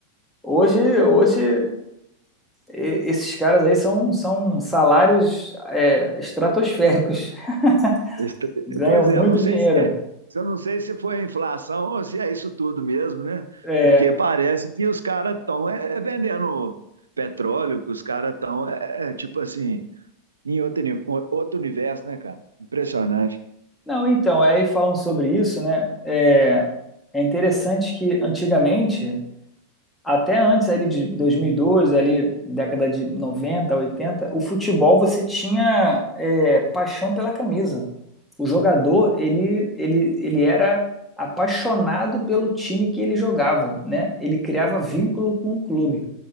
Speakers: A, in the centre; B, on the right.
A: Hoje hoje e- esses caras aí são são salários é, estratosféricos,
B: Esse-
A: <laughs> ganham
B: Pois
A: muito
B: é, eu não sei
A: dinheiro.
B: se é, <laughs> eu não sei se foi a inflação ou se é isso tudo mesmo, né?
A: É,
B: Porque parece que os caras estão é, é vendendo petróleo, que os caras estão é, é, tipo assim, em outro, uni- outro universo, né, cara? Impressionante.
A: não, então, aí falando sobre isso, né? É, é interessante que antigamente até antes ali de 2002, ali década de noventa oitenta o futebol você tinha é, paixão pela camisa. O jogador, ele, ele, ele era apaixonado pelo time que ele jogava, né? Ele criava vínculo com o clube.